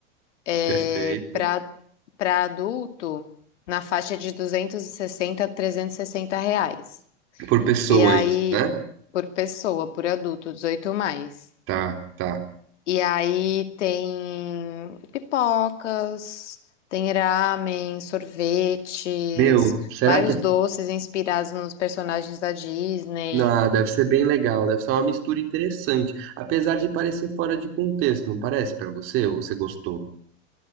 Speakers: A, on the left; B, on the right.
A: É...
B: perfeito.
A: Para para adulto, na faixa de 260 a 360 reais.
B: Por pessoa
A: E aí,
B: isso, né?
A: por pessoa, por adulto, 18 mais.
B: Tá, tá.
A: E aí tem pipocas, tem ramen, sorvetes,
B: Meu, será
A: vários
B: que é... fa-
A: doces inspirados nos personagens da Disney.
B: Ah, deve ser bem legal, deve ser uma mistura interessante, apesar de parecer fora de contexto, não parece pra você? Ou você gostou?